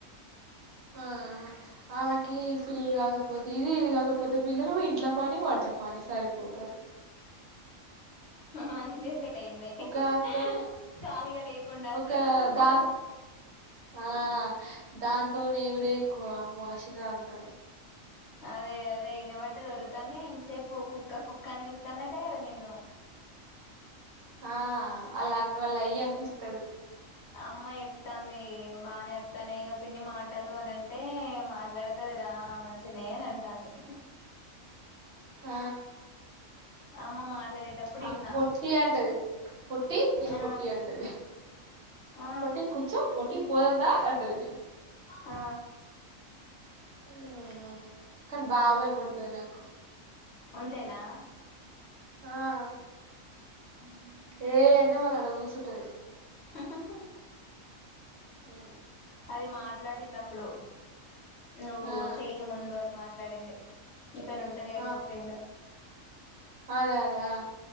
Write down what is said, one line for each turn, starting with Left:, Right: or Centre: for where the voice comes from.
Right: ఆ ఆమెకి పిల్లలు కాకపోతే ఇది ఇది కాకపోతే పిల్లలు ఇంట్లా పని వంట పని సరిపోతది
Left: హ మంచి చే యింది
Right: ఒకదాంతో
Left: హ ఖాళీగా లేకుండా
Right: ఒక
Left: అసలు హ
Right: దా ఆ దాంతోనే ఎగుడే ఎక్కువ అమ్మ అసిన దాంతో
Left: అదే అదే ఇన బడ్డీది ఓరుతాంది ఇంసేపు కుక్క కుక్క అని పి తందట్టే గదా నిన్ను
Right: ఆ వాళ్ళ అన్న వాళ్ళ అయ్యా అనిపిస్తాడు
Left: అమ్మా చెప్తాంది బాగనే వస్తానయగా పిన్ని మాటలు అని అంటే మాట్లాడ ఉంటదిరా మంచిగనే అంటాంది
Right: ఆ
Left: అమ్మ మాట్లాడేటప్పుడు
Right: ఆమె
Left: ఇన్నా
Right: పొట్టి అంటది పొట్టి ఏ
Left: ఆ
Right: పొట్టి అంటది
Left: ఆ
Right: పొట్టి కుచో పొట్టి పోదందా అంటది
Left: ఆ
Right: అ కానీ బాబాయ పుడుతది నాకు
Left: అంతేనా
Right: ఆ
Left: ఉ
Right: ఏ ఎండ మళ్ళ ఆడ కూసుంటది
Left: హ హ
Right: ఉ
Left: అది మాట్లాడింది అప్పుడు నువ్వు
Right: ఆ
Left: చేసే ముందు అది మాట్లాడింది ఇతోని ఉంటది గదా ఇంకో
Right: ఆ
Left: ఫ్రెండ్
Right: అదే అదే అ